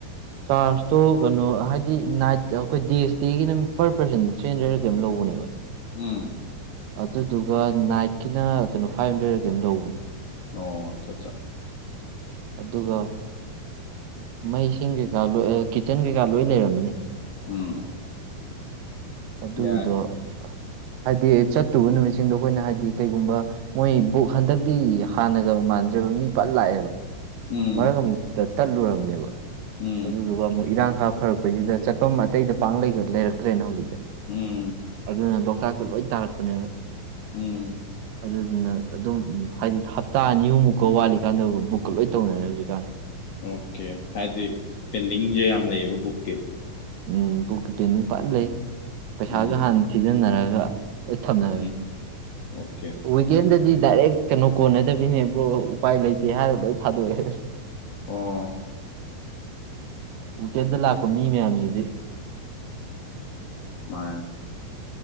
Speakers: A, on the right; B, on the left.
A: ꯆꯥꯔꯖꯇꯣ ꯀꯩꯅꯣ ꯍꯥꯏꯗꯤ ꯅꯥꯏꯠ ꯑꯩꯈꯣꯏ ꯗꯦ ꯏꯁꯇꯦꯒꯤꯅ ꯄꯔ ꯄꯔꯁꯦꯟꯗ ꯊ꯭ꯔꯤ ꯍꯟꯗ꯭ꯔꯦꯗꯂꯥ ꯀꯩꯅꯣꯝ ꯂꯧꯕꯅꯦꯕꯥ
B: ꯎꯝ
A: ꯑꯗꯨꯗꯨꯒ ꯅꯥꯏꯠꯀꯤꯅ ꯐꯥꯏꯚ ꯍꯟꯗ꯭ꯔꯦꯠꯂ ꯀꯩꯝꯅꯣ ꯂꯧꯕꯅꯦ
B: ꯑꯣ ꯆꯠ ꯆꯠ
A: ꯑꯗꯨꯒ ꯃꯩꯁꯤꯡ ꯀꯩꯀꯥ ꯂꯣꯏ ꯀꯤꯠꯆꯟ ꯀꯩꯀꯥ ꯂꯣꯏ ꯂꯩꯔꯝꯃꯅꯤ
B: ꯎꯝ
A: ꯑꯗꯨꯒꯤꯗꯣ
B: ꯌꯥꯏ
A: ꯍꯥꯏꯗꯤ ꯆꯠꯇꯨꯕ ꯅꯨꯃꯤꯠꯁꯤꯡꯗꯣ ꯑꯩꯈꯣꯏꯅ ꯍꯥꯏꯗꯤ ꯀꯩꯒꯨꯝꯕ ꯃꯣꯏ ꯕꯨꯛ ꯍꯟꯗꯛꯇꯤ ꯍꯥꯟꯅꯒ ꯃꯥꯟ ꯃꯥꯟꯗ꯭ꯔꯦꯕ ꯃꯤ ꯄꯠ ꯂꯥꯛꯑꯦꯕ
B: ꯎꯝ
A: ꯃꯔꯛ ꯑꯃꯨꯛ ꯇꯠꯂꯨꯔꯕꯅꯦꯕ
B: ꯎꯝ
A: ꯑꯗꯨꯗꯨꯒ ꯑꯃꯨꯛ ꯏꯔꯥꯡ ꯈꯥꯔ ꯐꯔꯛꯄꯩꯁꯤꯗ ꯆꯠꯐꯝ ꯑꯇꯩꯗ ꯄꯥꯛ ꯂꯩꯔꯛꯇ꯭ꯔꯦꯅ ꯍꯧꯖꯤꯛꯇꯤ
B: ꯎꯝ
A: ꯑꯗꯨꯅ ꯂꯣꯛ ꯆꯥꯛꯇ ꯂꯣꯏ ꯇꯥꯔꯛꯄꯅꯦꯕ
B: ꯎꯝ
A: ꯑꯗꯨꯗꯨꯅ ꯑꯗꯨꯝ ꯍꯥꯏꯗꯤ ꯍꯞꯇꯥ ꯑꯅꯤ ꯑꯍꯨꯝ ꯃꯨꯛꯀꯥ ꯋꯥꯠꯂꯤꯀꯥꯟꯗ ꯕꯨꯛꯀꯥ ꯂꯣꯏ ꯇꯧꯅꯔꯦ ꯍꯧꯖꯤꯛꯀꯥꯟ
B: ꯑꯣꯀꯦ ꯍꯥꯏꯗꯤ ꯄꯦꯟꯗꯤꯡꯁꯦ ꯌꯥꯝ ꯂꯩꯌꯦꯕ ꯕꯨꯛꯀꯤ
A: ꯎꯝ ꯕꯨꯛꯀꯤ ꯄꯦꯟꯗꯤꯡ ꯐꯖꯅ ꯂꯩ ꯄꯩꯁꯥꯁꯨ
B: ꯎꯝ
A: ꯍꯥꯟꯅ ꯊꯤꯖꯤꯟꯅꯔꯒ ꯑꯩ ꯊꯝꯅꯔꯦ
B: ꯎꯝ ꯑꯣꯀꯦ
A: ꯋꯤꯛꯀꯦꯟꯗꯗꯤ ꯗꯥꯏꯔꯦꯛ ꯀꯩꯅꯣ ꯀꯣꯟꯅꯗꯕꯤꯅꯦ ꯕ꯭ꯔꯣ ꯎꯄꯥꯏ ꯂꯩꯇꯦ ꯍꯥꯏꯔꯤꯕꯥ ꯑꯩ ꯊꯥꯗꯣꯛꯑꯦ
B: ꯑꯣ
A: ꯋꯤꯀꯦꯟꯗ ꯂꯥꯛꯄ ꯃꯤ ꯃꯌꯥꯝꯁꯤꯗꯤ
B: ꯃꯥ